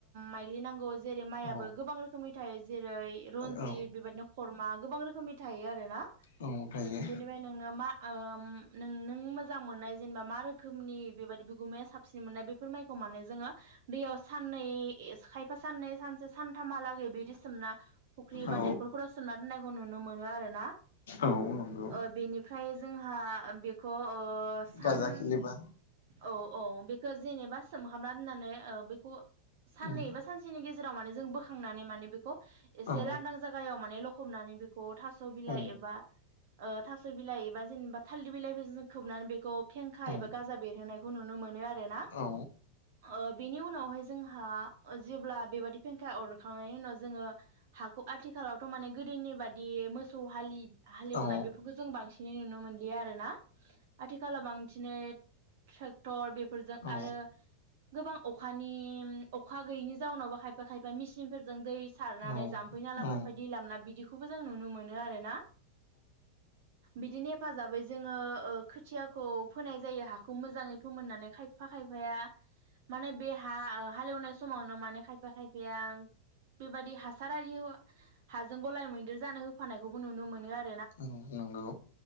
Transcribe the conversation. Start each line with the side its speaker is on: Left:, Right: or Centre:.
Right: माइलि नांगौ। जेरै माइआबो
Left: औ
Right: गोबां रोखोमनि थायो जेरै रन्जित
Left: औ
Right: बेबायदिनो खरमा गोबां रोखोम रोखोमनि थायो आरो ना।
Left: औ थायो
Right: बिनिफ्राय नोंना मा? नों नों मोजां मोननाय जेनेबा मा रोखोमनि बेबायदि बिगुमाया साबसिन मोननाय बेफोर माइखौ माने जोङो दैयाव साननै खायफा साननै सानसे सानथामहालागै बिदि सोमना फुख्रि एबा
Left: औ
Right: दैखरफोराव सोमना दोननायखौ नुनो मोनो। आरो ना
Left: औ नंगौ
Right: ओ बेनि फ्राय जोंहा बेखौ ओ सान
Left: गाजा खिलिबा
Right: औ औ बेखौ जेनेबा सोमहाबना होननानै ओ बेखौ साननैबा
Left: उम
Right: सानसेनि गेजे राव माने जों बोखांनानै माने बेखौ एसे
Left: औ
Right: लांदां जायगायाव माने हमनानै बे खौ थास' बिलाइ
Left: औ
Right: एबा ओ थास' बिलाइ एबा जेनेबा थालिर बिलाइफोरजों खोबनानै बेखौ फेंखा
Left: औ
Right: एबा गाजा बेरहोनायखौ नुनो मोनो आरोना
Left: औ
Right: ओ बेनि उनावहाय हा जेब्ला बेबादि फेंखा अरखांनायनि उनाव जोङो हाखौ आथिखालावथ' माने गोदोनि बादि मोसौ हालि हालेवनाय
Left: औ
Right: बेफोरखौ जों बांसिनै नुनो मोनो आरो ना आथिखालाव बांसिनै ट्रैक्टर बे फोरजों
Left: औ
Right: आरो गोबां अखानि अखा गैयिनि जाउनावबो खायफा खायफा मेसिनफोरजों दै सारनानै
Left: औ
Right: जाम्फै नालाफोरनिफ्राय
Left: औ
Right: दै लाबोना बिदिखौबो जों नुनो मोनो आरो ना। बिदिनो हेफाजाबै जोङो ओ खोथियाखौ फोनाय जायो हाखौ मोजाङै फोमोननानै खाय फा खायफाया माने बे हा हालेवनाय समावनो माने खायफा खायफाया बेबायादि हासार आरि हाजों गलाय मैदेर जानो होफानायखौबो नुनो मोनो आरो।
Left: औ नंगौ।